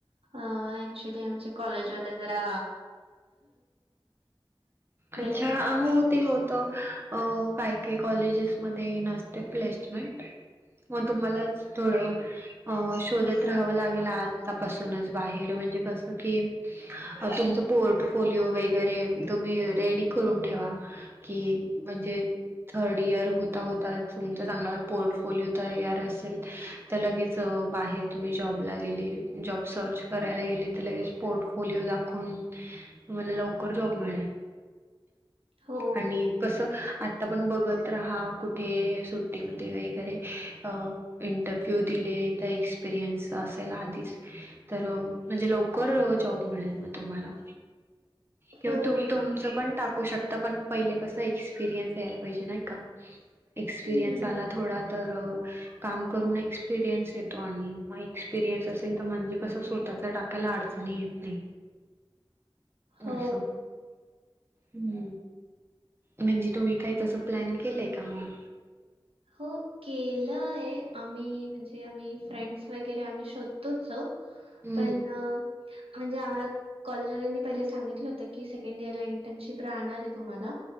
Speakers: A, on the right (about 85°); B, on the right (about 25°).
A: ॲक्च्युली आमचे कॉलेजवाले जरा प्लेसमेंट
B: आच्छा हो ती होत काय काय कॉलेजेसमध्ये नसते प्लेसमेंट हो तुम्हालाच थोडं अ शोधत राहावं लागेल आतापासूनच बाहेर म्हणजे कसं की अजून पोर्टफोलिओ वगैरे तुम्ही रेडी करून ठेवा. की म्हणजे थर्ड इयर होता होता तुमचा चांगला पोर्टफोलिओ तयार असेल त लगेच बाहेर तुम्ही जॉबला गेले जॉब सर्च करायला गेले त लगेच पोर्ट पोलिओ दाखवून तुम्हाला लवकर जॉब मिळेल.
A: हो
B: आणि कस आता पण बघत राहा कुठे सुट्टीमध्ये वगैरे अ इंटरव्ह्यू दिले त एक्सपिरियन्स असेल आधीच तर म्हणजे लवकर जॉब मिळेल तुम्हाला किंव्हा
A: हो
B: तुम्ही तुमचं पण टाकू शकता पण पहिले कस एक्सपिरियन्स यायला पाहिजे नाही का? एक्सपिरियन्स
A: हम्म
B: आला थोडा तर काम करून एक्स एक्सपिरियन्स येतो आणि मग एक्सपिरियन्स असेल तर म्हणजे कसं स्वतःच टाकायला आडचणी येत नाही.
A: हो
B: आस हम्म. म्हणजे तुम्ही काही तस प्लॅन केलंय का मग?
A: हो केलय आम्ही म्हणजे आम्ही फ्रेंड्स वगैरे आम्ही शोधतोच वो
B: हम्म
A: पण म्हणजे आम्हाला कॉलेजवाल्यांनी पहिले सांगितलं होतं की सेकंड इयरला इंटरशिप राहणार आहे तुम्हाला.